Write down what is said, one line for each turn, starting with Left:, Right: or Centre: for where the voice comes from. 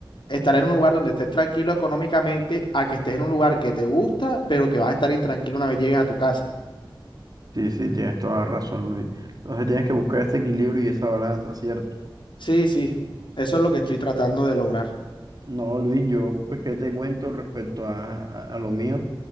Left: estar en un lugar donde estés tranquilo económicamente a que estés en un lugar que te gusta, pero que vas a estar intranquilo una vez llegues a tu casa.
Right: Sí, sí, tienes toda la razón, Luis. Entonces tienes que buscar ese equilibrio y esa balanza, ¿cierto?
Left: Sí, sí, eso es lo que estoy tratando de lograr.
Right: No, Luis, yo, pues, ¿qué te cuento respecto a, a, a lo mío?